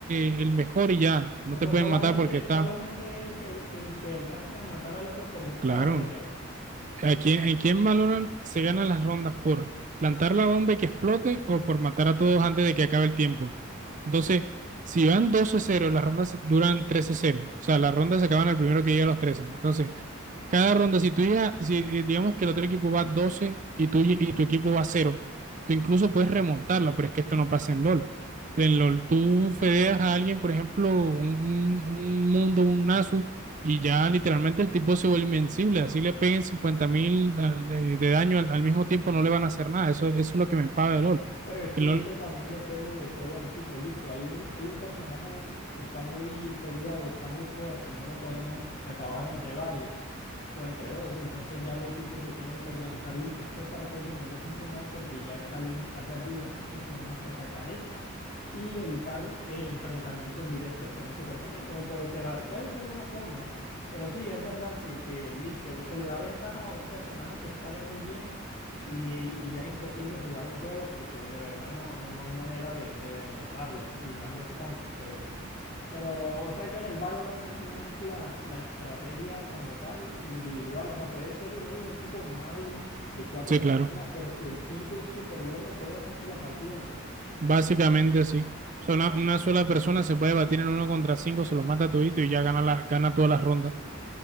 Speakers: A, on the right; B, on the left.
A: eh, el mejor y ya, no
B: O
A: te
B: sea,
A: pueden
B: solamente,
A: matar porque está,
B: solamente es el, el que alcance a matar al otro por disparo
A: claro.
B: primero.
A: Aquí en quién valoran se ganan las rondas por plantar la bomba y que explote o por matar a todos antes de que acabe el tiempo. Entonces, si van doce cero, las rondas duran trece cero. O sea, las rondas se acaban al primero que llega a los 13. Entonces, cada ronda, si tú llegas, si eh, digamos que el otro equipo va 12 y, tú, y tu equipo va cero tú incluso puedes remontarla, pero es que esto no pasa en LOL. En LOL, tú fedeas a alguien, por ejemplo, un, un- mundo, un Nasus, y ya literalmente el tipo se vuelve invencible. Así le peguen 50 mil de, de daño al, al mismo tiempo, no le van a hacer nada. Eso, eso es lo que me paga de LOL.
B: Pero es que
A: El LOL,
B: eso también depende del juego en equipo. Listo, hay un, hay un personaje que está muy peleado, está muy fuerte y no lo podemos acabar entre varios o entre dos. Entonces ya el equipo se tiene que organizar. Listo, esta estrategia no va a funcionar porque ya esta línea está perdida. Entonces tenemos que atacar esta y evitar eh, enfrentamientos directos con ese personaje. Entonces puede ser, a- puede ser una forma. Pero sí, es verdad que, que listo, se le da ventaja a un personaje que escale muy bien y, y ya es imposible jugar el juego porque de verdad no, no, no hay manera de, de derrotarlo y más los tanques, pero, pero o sea que en el Valorant es más la, la estrategia como tal, individual, o sea, puede ser un equipo malo de cuatro
A: sí,
B: personas,
A: claro,
B: pero si el quinto es súper bueno, puede hacerse la partida él solo.
A: básicamente sí. O sea, una, una sola persona se puede batir en uno contra cinco, se los mata a todito y ya gana, la, gana todas las rondas.